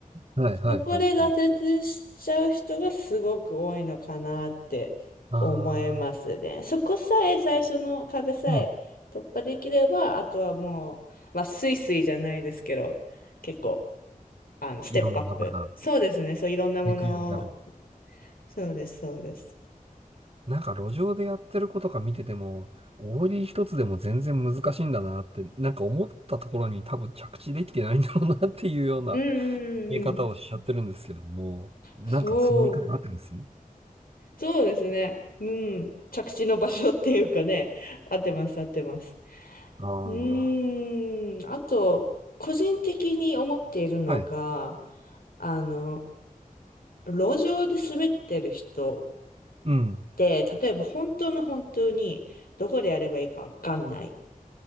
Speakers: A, on the right; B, on the left.
A: はいはいはいはい。
B: そこで挫折しちゃう人がすごく多いのかなって思いますね。
A: ああ、
B: そこさえ最初の壁さえ突破できれば、
A: うん。
B: あとはもう、まあ、スイスイじゃないですけど、結構、あの、ステップアップ。
A: いろんな技が
B: そうですね。そう、いろんなものを。
A: できるようになる。
B: そうです、そうです。
A: なんか路上でやってる子とか見てても、オーリー一つでも全然難しいんだなって、なんか思ったところに多分着地できてないんだろうなっていうような
B: うんうんうんうん。
A: <laughs> 見え方をしちゃってるんですけれども、なんかその見方合ってます
B: そう、そうですね。うん。着地の場所っていうかね、合ってます、合ってます。
A: ああ
B: うーん、あと、個人的に思っているのが、
A: ー、はい。
B: あの、路上で滑ってる人
A: うん。
B: って、例えば本当の本当にどこでやればいいかわかんない。っ